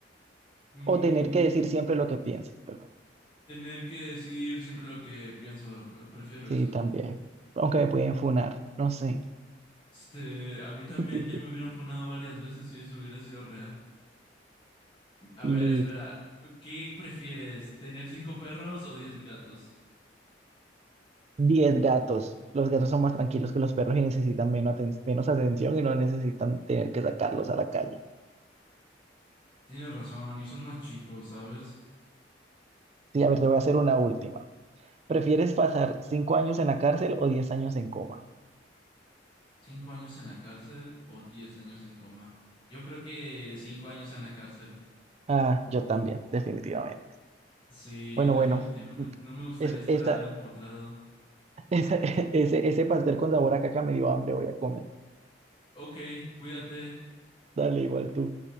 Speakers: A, on the left; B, on the right.
A: Mm.
B: O tener que decir siempre lo que piensas, perdón.
A: Tener que decir siempre lo que pienso, pre- prefiero
B: Sí,
A: eso.
B: también. Aunque me pueden funar, no sé.
A: Este, a mí también
B: <laughs>
A: ya me hubieran funado varias veces si eso hubiera sido real. A
B: Lit.
A: ver, espera, ¿qué prefieres? ¿Tener cinco perros o diez gatos?
B: Diez gatos. Los gatos son más tranquilos que los perros y necesitan menos, aten- menos atención y no necesitan tener que sacarlos a la calle.
A: Tienes razón, y son más chicos, ¿sabes?
B: Sí, a ver, te voy a hacer una última. ¿Prefieres pasar cinco años en la cárcel o diez años en coma?
A: ¿Cinco años en la cárcel o diez años en coma? Yo creo que cinco años en la cárcel.
B: Ah, yo también, definitivamente.
A: Sí,
B: Bueno,
A: definitivamente.
B: bueno,
A: No me gustaría
B: es,
A: estar
B: esta,
A: empotrado.
B: Ese, <laughs> ese, ese pastel con sabor a caca me dio hambre, voy a comer.
A: Ok, cuídate.
B: Dale, igual tú.